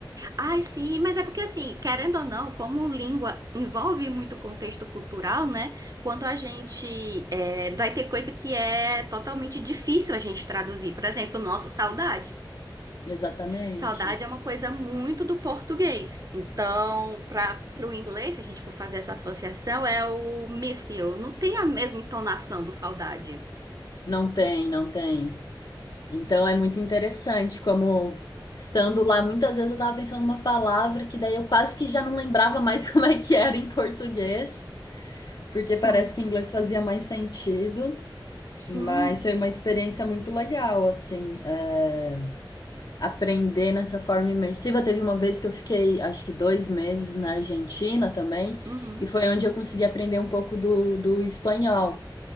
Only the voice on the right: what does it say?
Ai, sim, mas é porque assim, querendo ou não, como língua envolve muito contexto cultural, né? Quando a gente é, vai ter coisa que é totalmente difícil a gente traduzir. Por exemplo, o nosso saudade.
Saudade é uma coisa muito do português. Então, para o inglês, se a gente for fazer essa associação, é o miss you. Não tem a mesma entonação do saudade.
Sim,
sim.
Uhum.